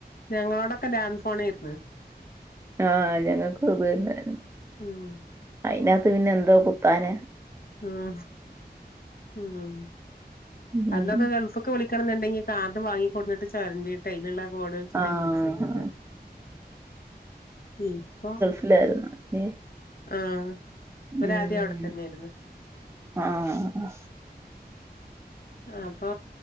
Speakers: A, on the left; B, on the right.
A: ഞങ്ങളോടൊക്കെ ലാന്റ് ഫോണോയിരുന്ന്
B: ആഹ് ഞങ്ങക്കും അതുതന്നെണ്
A: ഉം
B: അയിനകത്ത് പിന്നെ എന്തോ കുത്താന
A: ആഹ് ഉം
B: ഉം.
A: അന്നൊക്കെ ഗൾഫ് ഫ്ക്ക് വിളിക്കണന്നുണ്ടങ്കില് കാർഡ് വാങ്ങികൊണ്ടന്ന്ട്ട് ചൊരണ്ടീട്ട് അയില് ല്ലെ ബോട് വെച്ചിട്ടേ
B: ആഹ്
A: വിളിച്ചിരുന്നത് ഇപ്പൊ
B: ഇല്ലാര്ന്നു നി
A: ആഹ് ഇവരാദ്യം
B: ഉം
A: അവിടെ തന്നെയായിരുന്നു
B: ആഹ്
A: അപ്പോ